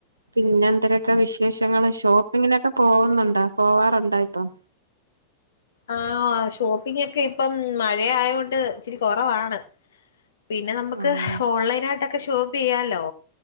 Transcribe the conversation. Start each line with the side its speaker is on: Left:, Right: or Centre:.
Right: പിന്നെ എന്തേരക്കെ വിശേഷങ്ങള് ഷോപ്പിങ്ങിന ക്കെ പോകുന്നുണ്ടോ പോവാറുണ്ടോ ഇപ്പം
Left: ആ ഷോപ്പിങ്ങൊക്കെ ഇപ്പം മഴ ആയകൊണ്ട് ഇച്ചിരി കൊറവാണ്. പിന്നെ നമ്മക്ക്
Right: ആഹ്
Left: ഓൺലൈനായിട്ടൊക്കെ ഷോപ്പ് ചെയ്യാലോ